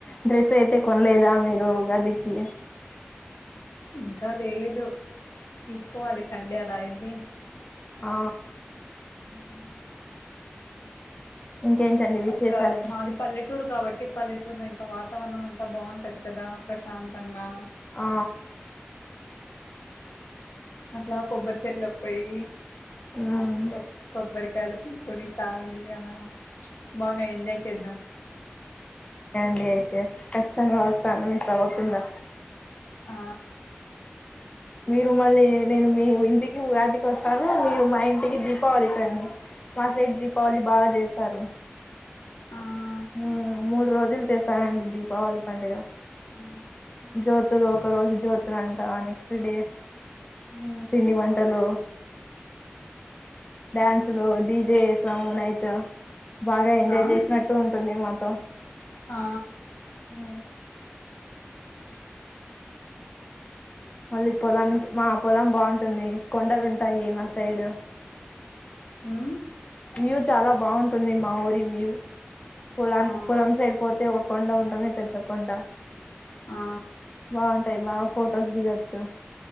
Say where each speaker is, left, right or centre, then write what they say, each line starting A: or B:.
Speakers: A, on the left (about 30°); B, on the left (about 85°).
A: డ్రెస్ అయితే కొనలేదా మీరు ఉగాది కి
B: ఇంకా లేదు తీసుకోవాలి సండే అలా ఎలీ
A: ఆ
B: ఉమ్
A: ఇంకేంటండి విశేషాలు
B: ఇంకా మాది పల్లెటూరు కాబట్టి పల్లెటూరు ఇం కా వాతావరణం అంతా బాగుంటది కదా ప్రశాంతంగా
A: ఆ
B: అట్లా కొబ్బరి చెట్లకి పోయి
A: మ్మ్
B: కొ కొబ్బరికాలు పికొని తాగి అలా బాగా ఎంజాయ్ చేద్దాం
A: డి అయితే కష్టంగా వస్తాను మీస్ అవ్వకుండా
B: ఆ
A: మీరు మళ్ళీ నేను మీ ఇంటిక్ ఈ ఉగాదికి వస్తారు మీరు మా ఇంటికి దీ పోవాలి కని మా సిడ్ దీపావళి బాగా చేస్తారు
B: అ
A: ఉమ్ మూడు రోజులు చేస్తానండి దీపావళి పండాగ
B: ఆ
A: జ్యోతులు ఒక రోజు జ్యోతుల అంట నెక్స్ట్ డే ఉ పిండి వంటలు డ్యాన్సు లోజ్ డీజే సాంగ్ నైతా బాగా ఎంజాయ్
B: ఆ
A: చేసినట్టు ఉంటుంది మాతో
B: ఆ
A: ఆ మళ్ళీ పొలానికి మా పొలం బాగుంటుంది కొండలుంటాయి మా సైడ్
B: ఉ
A: వ్యూ చాలా బాగుంటుంది మా ఊరి వ్యూ పొలాన్
B: ఆ
A: పొలం సైడ్ పోతే ఒక కొండ ఉంటుంది పెద్ద కొండ
B: ఆ
A: బాగుంటాయి బాగు ఫోటోస్ దిగచ్చు